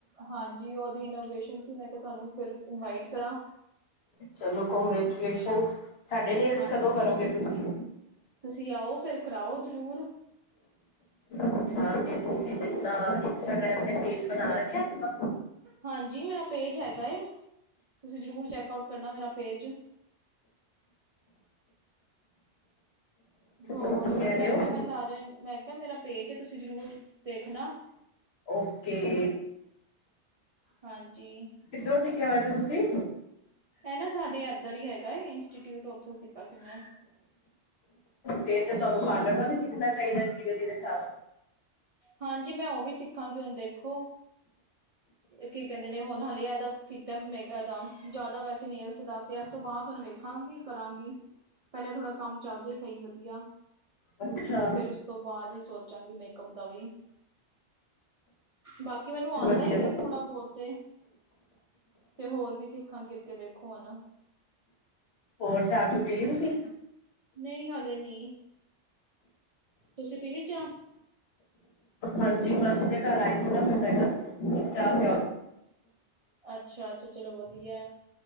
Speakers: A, on the right; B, on the left.
A: ਹਾਂਜੀ, ਉਹਦੀ ਇਨੋਗ੍ਰੇਸ਼ਨ ਸੀ, ਮੈਂ ਕਿਹਾ ਤੁਹਾਨੂੰ ਫਿਰ ਇਨਵਾਈਟ ਕਰਾਂ।
B: ਚਲੋ, ਕੰਗ੍ਰੈਚੂਲੇਸ਼ਨ, ਸਾਡੇ ਨੇਲਸ
A: ਹਾਂਜੀ।
B: ਕਦੋਂ ਕਰੋਗੇ, ਤੁਸੀਂ।
A: ਤੁਸੀਂ ਆਓ, ਫਿਰ ਕਰਾਓ ਜਰੂਰ।
B: ਅੱਛਾ, ਤੇ ਤੁਸੀਂ ਦਿੱਤਾ ਇੰਸਟਾਗ੍ਰਾਮ ਤੇ ਪੇਜ ਬਣਾ ਰੱਖਿਆ ਆਪਣਾ।
A: ਹਾਂਜੀ, ਮੇਰਾ ਪੇਜ ਹੈਗਾ ਤੁਸੀਂ ਜਰੂਰ ਚੈਕ ਆਊਟ ਕਰਨਾ, ਮੇਰਾ ਪੇਜ। ਹੋਰ
B: ਕੀ ਕਹਿ ਰਹੇ
A: ਮੈਂ
B: ਹੋ
A: ਕਿਹਾ ਮੈਂ ਸਾਰਿਆਂ ਮੈਂ ਕਿਹਾ ਮੇਰਾ ਪੇਜ ਐ, ਤੁਸੀਂ ਜ਼ਰੂਰ ਦੇਖਣਾ‌।
B: ਓਕੇ,
A: ਹਾਂਜੀ,
B: ਕਿੱਧਰੋਂ, ਸਿੱਖਿਆ ਵੈਸੇ ਤੁਸੀਂ।
A: ਇਹ ਨਾ ਸਾਡੇ ਇੱਧਰ ਹੀ ਹੈਗਾ। ਇੰਸਟੀਟਿਊਟ ਉੱਥੋਂ ਕੀਤਾ ਸੀ ਮੈਂ,
B: ਫਿਰ ਤੇ ਤੁਹਾਨੂੰ ਪਾਲਣ ਨੂੰ ਵੀ ਸਿੱਖਣਾ ਚਾਹੀਦਾ ਧੀਰੇ ਧੀਰੇ ਸਾਰਾ।
A: ਹਾਂਜੀ, ਮੈਂ ਉਹ ਵੀ ਸਿੱਖਾਂਗੀ ਹੁਣ ਦੇਖੋ। ਕੀ ਕਹਿੰਦੇ ਨੇ ਹੁਣ ਹਾਲੇ ਇਹਦਾ ਕੀਤਾ ਮਦਾ ਜਿਆਦਾ, ਵੈਸੇ ਨੇਲਸ ਦਾ ਤੇ, ਇਸ ਤੋਂ ਬਾਅਦ ਹੁਣ ਵੇਖ, ਖਾਂਗੀ ਕਰਾਂਗੀ ਪਹਿਲਾਂ ਥੋੜਾ ਕੰਮ ਚੱਲ ਜੇ ਸਹੀ ਵਧੀਆ।
B: ਅੱਛਾ,
A: ਫੇਰ ਉਸ, ਤੋਂ ਬਾਅਦ ਹੀ ਸੋਚਾਂਗੀ ਮੇਕਅਪ ਦਾ ਵੀ। ਬਾਕੀ ਮੈਨੂੰ ਆਂਦਾ
B: ਵਧੀਆ
A: ਹੀ ਐ ਥੋੜਾ ਬਹੁਤ ਤੇ, ਤੇ ਹੋਰ ਵੀ ਸਿੱਖਾਂਗੇ, ਅੱਗੇ ਦੇਖੋ ਹੁਣ।
B: ਹੋਰ ਚਾਹ ਚੂ ਪੀ ਲਈ, ਤੁਸੀਂ
A: ਨਹੀਂ ਹਾਲੇ ਨੀ। ਤੁਸੀਂ ਪੀਲੀ ਚਾਹ।
B: ਹਾਂਜੀ, ਮਾਸੀ ਦੇ ਘਰ ਆਈ ਸੀ ਨਾ ਫਿਰ ਮੈਂ ਕਿਹਾ ਚਾਹ ਪਿਆਓ।
A: ਅੱਛਾ, ਏ ਤੇ ਚਲੋ ਵਧੀਆ।